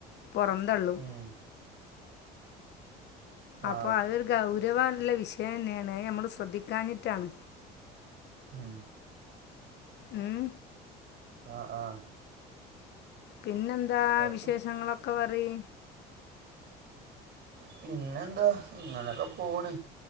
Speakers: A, on the left; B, on the right.
A: പൊറന്തള്ളും
B: ഉം ആ
A: അപ്പോ അതൊരു ഗൗരവള്ള വിഷയന്നെയാണ് അയ് നമ്മള് ശ്രദ്ധിക്കാഞ്ഞിട്ടാണ്
B: ഉം
A: ഉം
B: ആഹ് ആഹ്
A: പിന്നെന്താവിശേഷങ്ങളൊക്കെ
B: അതൊക്കെ
A: പറിയി
B: പിന്നെന്താ ഇങ്ങനൊക്കെ പോണ്